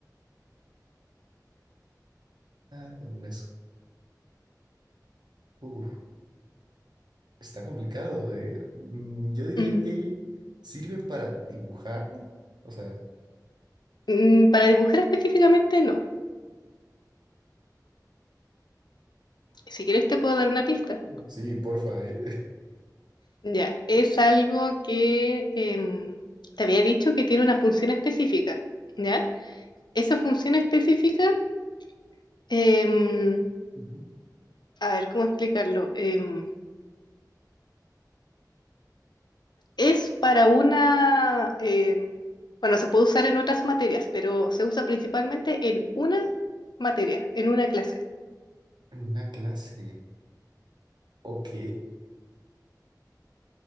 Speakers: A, on the right; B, on the left.
A: Ah, no es- uf, está complicado, ¿eh? Mm, Yo diría
B: Mm,
A: que sirve para dibujar. O sea.
B: mm, para dibujar específicamente, no. Si quieres te puedo dar una pista.
A: Sí, porfa, ¿eh?
B: Ya, es algo que em, te había dicho que tiene una función específica, ¿ya? Esa función específica, em,
A: <laughs>
B: a ver cómo explicarlo, Em, es para una, em, bueno, se puede usar en otras materias, pero se usa principalmente en una materia, en una clase.
A: En una clase. Ok,